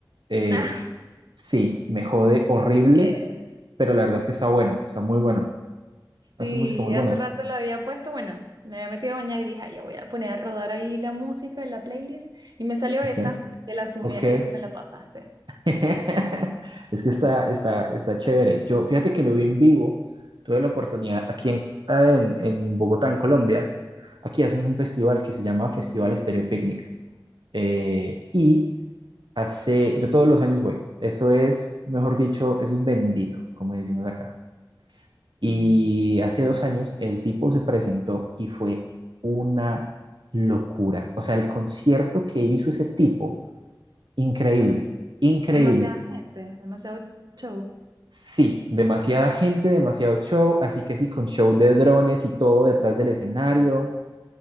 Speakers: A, on the right; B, on the right.
A: Eh,
B: <laughs> Nah,
A: sí, me jode horrible,
B: Eh,
A: pero la verdad es que está bueno, está muy bueno. Hace
B: sí,
A: música muy buena.
B: hace rato la había puesto, bueno, me había metido a bañar y dije, "Ay, ya voy a poner a rodar ahí la música en la playlist y me salió
A: Ok,
B: esa, que la sumé
A: ok.
B: el día que me la pasaste.
A: <laughs> Es que está,
B: <laughs>
A: está, está chévere. Yo, fíjate que lo vi en vivo. Tuve la oportunidad aquí en, en, en Bogotá, en Colombia. Aquí hacen un festival que se llama Festival Estéreo Picnic. Eh, y hace, yo todos los años voy. Eso es, mejor dicho, eso es bendito, como decimos acá. Y
B: Mm.
A: hace dos años el tipo se presentó y fue una locura. O sea, el concierto que hizo ese tipo, increíble, increíble.
B: Demasiada gente, demasiado show.
A: Sí, demasiada gente, demasiado show, así que sí, con show de drones y todo detrás del escenario.